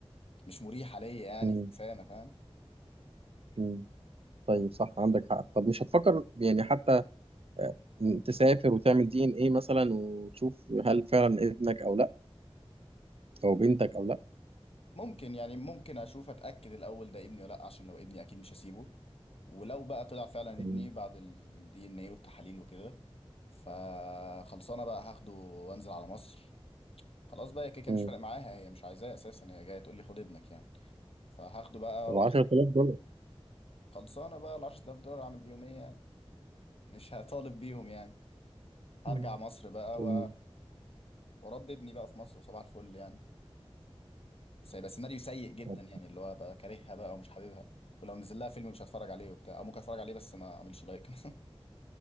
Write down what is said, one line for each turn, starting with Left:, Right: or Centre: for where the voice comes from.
Left: مش مريحه ليا يعني
Right: مم.
Left: فانا فاهم
Right: مم. طيب صح عندك حق طب مش هتفكر يعني حتى آه، تسافر وتعمل دي ان ايه مثلا وتشوف هل فعلا ابنك او لا او بنتك او لا
Left: ممكن يعني ممكن اشوف اتاكد الاول ده ابني ولا لا عشان لو ابني اكيد مش هسيبه ولو بقى طلع فعلا
Right: مم.
Left: ابني بعد الدي ان ايه والتحاليل وكده فخلصانه بقى هاخده وانزل على مصر خلاص بقى هي كيكه
Right: مم.
Left: مش فارق معاها هي مش عايزاه اساسا هي جايه تقول لي خد ابنك يعني فهاخده بقى
Right: طب
Left: وعيد
Right: 10000 دولار
Left: خلصانه بقى ال 10000 دولار اعمل بيهم ايه يعني؟ مش هطالب بيهم يعني هرجع
Right: مم.
Left: مصر بقى
Right: طيب
Left: و... واربي ابني بقى في مصر وصباح الفل يعني بس هيبقى سيناريو سيء جدا
Right: طب
Left: يعني اللي هو بقى كارهها بقى ومش حاببها ولو نزل لها فيلم مش هتفرج عليه وبتاع او ممكن اتفرج عليه بس ما اعملش لايك <laughs>